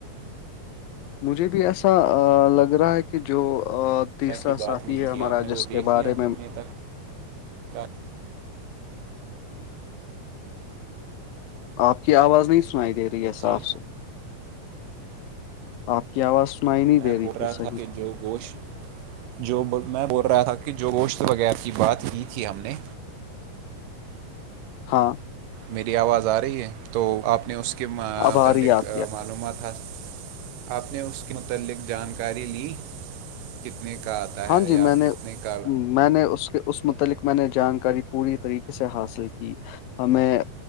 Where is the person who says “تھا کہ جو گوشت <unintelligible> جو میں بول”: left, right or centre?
Right